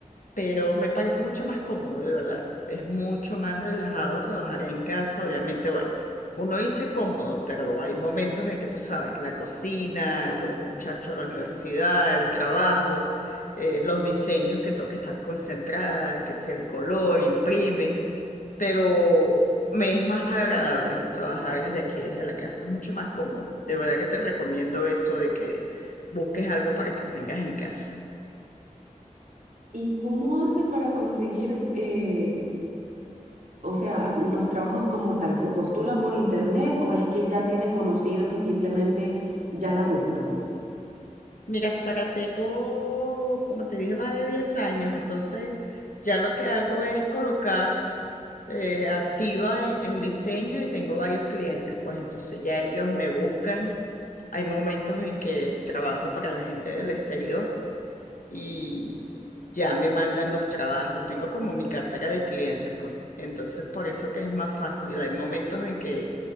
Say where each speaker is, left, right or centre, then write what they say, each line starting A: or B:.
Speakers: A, on the left; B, on the right.
A: pero me parece mucho más cómodo, de verdad. Es mucho más relajado trabajar en casa, obviamente, bueno, uno dice cómodo, pero hay momentos en que tú sabes, la cocina, los muchachos, la universidad, el trabajo, eh, los diseños que tengo que estar concentrada, que si el color, imprime, pero me es más agradable trabajar desde aquí, desde la casa, es mucho más cómodo. De verdad que te recomiendo eso de que busques algo para que tengas en casa.
B: ¿Y cómo hace para conseguir, eh, o sea, los trabajos como tal? ¿Se postula por internet o es que ya tiene conocidos y simplemente ya la buscan?
A: Mira, Sara, tengo, como te dije, más de 10 años, entonces ya lo que hago es colocar eh, activa en, en diseño y tengo varios clientes, pues entonces ya ellos me buscan. Hay momentos en que trabajo para la gente del exterior y ya me mandan los trabajos. Tengo como mi cartera de clientes, pues. Entonces, por
B: Mm.
A: eso que es más fácil. Hay momentos en que